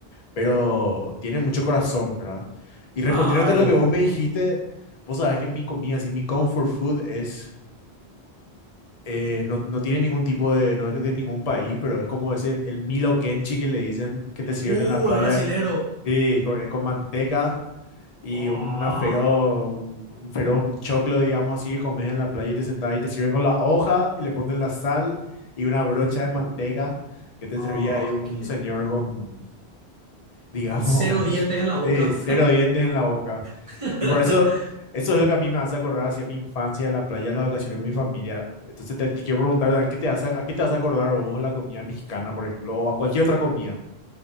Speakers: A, on the left (about 45°); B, on the right (about 60°).
A: pero tiene mucho corazón, ¿verdad? Y
B: claro.
A: respondiéndote a lo que vos me dijiste, vos sabés que mi comida, así, mi comfort food es, eh, no, no tiene ningún tipo de, no es de ningún país, pero es como ese, el Milo Kenchi que le dicen que te sirven
B: Uh,
A: en la playa,
B: el brasilero.
A: sí, con, eh, con manteca y
B: Ah,
A: una feroz, un, un feroz choclo, digamos así, que comes en la playa y te sentás y te sirven con la hoja y le ponen la sal y una brocha
B: Uh.
A: de manteca que te
B: ah,
A: servía ahí un
B: que le...
A: señor con, digamos,
B: Cero
A: <laughs>
B: dientes en la boca.
A: sí, cero dientes en la boca.
B: <laughs>
A: Y por eso, eso es lo que a mí me hace acordar hacia mi infancia, la playa, las vacaciones con mi familia. Entonces te, te quiero preguntar, Dan, ¿qué te hace, a qué te hace acordar vos la comida mexicana, por ejemplo, o a cualquier otra comida?